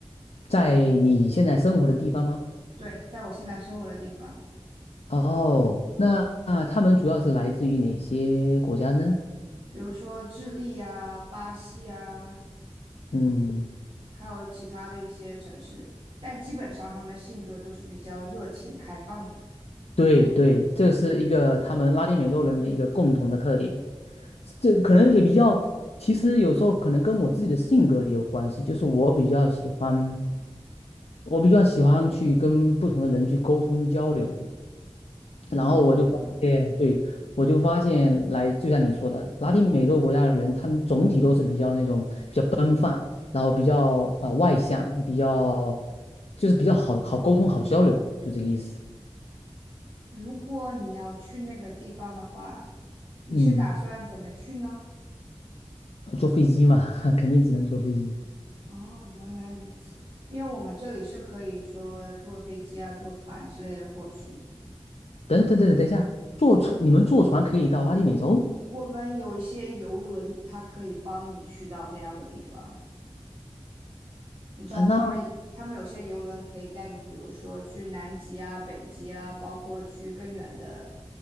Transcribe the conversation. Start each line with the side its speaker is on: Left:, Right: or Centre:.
Left: 在你现在生活的地方吗？
Right: 对，在我现在生活的地方。
Left: 哦，那那他们主要是来自于哪些国家呢？
Right: 比如说智利啊、巴西啊，
Left: 嗯，
Right: 还有其他的一些城市，但基本上他们的性格都是比较热情开放的。
Left: 对对，这是一个他们拉丁美洲人的一个共同的特点，这个可能也比较，其实有时候可能跟我自己的性格也有关系，就是我比较喜欢。我比较喜欢去跟不同的人去沟通交流，然后我就发现，
Right: 啊，
Left: 对，我就发现来，就像你说的，拉丁美洲国家的人，他们总体都是比较那种比较奔放，然后比较呃外向，比较就是比较好好沟通、好交流，就这个意思。
Right: 如果你要去那个地方的话，你是打算怎么去呢？
Left: 嗯，坐飞机嘛，<laughs> 肯定只能坐飞机。
Right: 哦，原来如此。因为我们这里是可以说坐飞机啊、坐船之类的过去，
Left: 等等等等等一下，坐船你们坐船可以到拉丁美洲？
Right: 我们有一些游轮，它可以帮你去到那样的地方。你知道他们他们有些游轮可以带你，
Left: 啊，那
Right: 比如说去南极啊、北极啊，包括去更远的